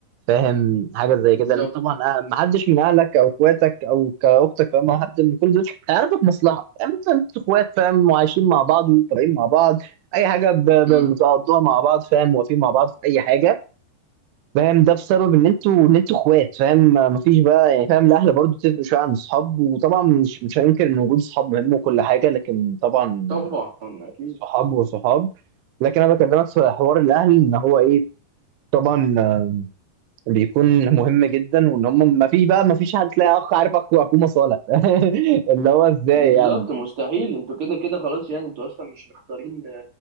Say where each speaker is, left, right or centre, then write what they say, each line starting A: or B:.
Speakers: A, on the right; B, on the right.
A: فاهم حاجه زي
B: بالظبط
A: كده لان طبعا آه، ما حدش من اهلك او اخواتك او كاختك فاهم او حد من كل دول هيعرفك مصلحه فاهم انت انت اخوات فاهم وعايشين مع بعض وطالعين مع بعض اي حاجه ب- ب-
B: امم
A: بتقضوها مع بعض فاهم واقفين مع بعض في اي حاجه فاهم ده بسبب ان انتوا ان انتوا اخوات فاهم مفيش بقى يعني فاهم الاهل برضو تفرق شويه عن الاصحاب وطبعا مش مش هننكر ان وجود اصحاب مهم وكل حاجه لكن طبعا
B: طبعا اكيد
A: صحاب وصحاب لكن انا بكلمك في حوار الاهل ان هو ايه طبعا آه، بيكون مهم جدا وان هم ما فيش بقى ما فيش حد تلاقي اخ عارف اخو اخوه مصالح <laughs> اللي هو ازاي
B: بالظبط
A: يعني
B: مستحيل انتوا كده كده خلاص يعني انتوا اصلا مش مختارين